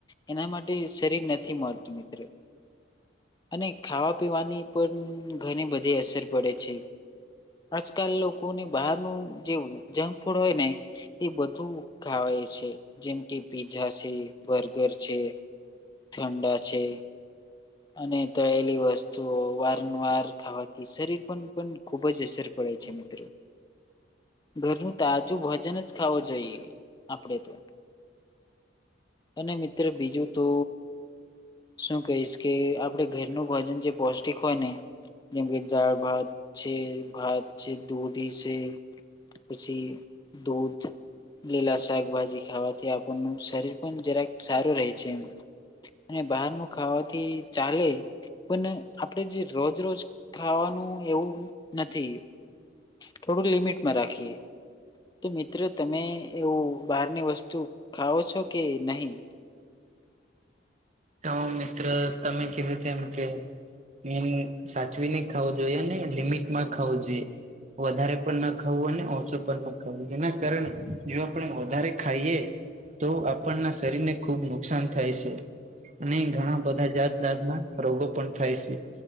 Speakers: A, on the left; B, on the right.
A: એના માટે શરીર નથી મળતું મિત્રો. અને ખાવા પીવાની પણ ઘણી બધી અસર પડે છે. આજકાલ લોકોને બહારનું જે જંક ફૂડ હોય ને એ બધું ખાવાય છે જેમ કે પીઝા છે, બર્ગર છે ઠંડા છે. અને તળેલી વસ્તુ વારંવાર ખાવાથી શરીર પણ પણ ખુબ જ અસર પડે છે મિત્ર.
B: <inaudible>
A: ઘરનું તાજું ભજન જ ખાવું જોઈએ આપડે તો. અને મિત્ર બીજું તો, શું કહીશ કે આપડે ઘરનું ભોજન જે પૌષ્ટિક હોય ને જેમ કે દાળ ભાત છે, ભાત છે, દૂધી છે પછી દૂધ લીલા શાકભાજી ખાવાથી આપણનું શરીર પણ જરાક સારું રહે છે એમ અને બહારનું ખાવાથી ચાલે પણ આપડે જે રોજ રોજ ખાવાનું એવું નથી. થોડું લિમિટમાં રાખીએ. તો મિત્ર તમે એવું બહારની વસ્તુ ખાવો છો કે નહીં?
B: તો મિત્ર તમે કીધું તેમ કે નેમુ સાચવી ને ખાવું જોઈએ ને લિમિટમાં ખાવું જોઈએ. વધારે પણ ન ખાવું અને ઓછું પણ ન ખાવું જેના કારણે જો આપણે વધારે ખાઈએ તો આપણના શરીરને ખુબ નુકસાન થાય સે. અને ઘણા બધા જાતજાતના રોગો પણ થાય સે.